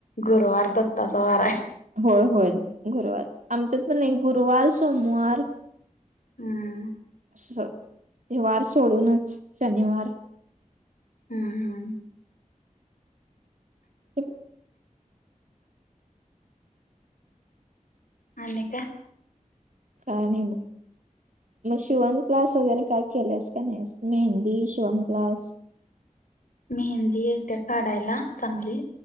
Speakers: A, on the left; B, on the right.
A: गुरुवार दत्ताचा वार आहे.
B: होय होय गुरुवार आमच्यात पण नाही गुरुवार सोमवार
A: हम्म.
B: अस हे वार सोडूनच शनिवार
A: हम्म. हम्म
B: क <unintelligible>
A: आणि काय?
B: काय नाही बग. मग शिवण क्लास वगैरे काय केलेस का नाही मेहंदी, शिवण क्लास
A: मेहंदी येत्या काढायला चांगली.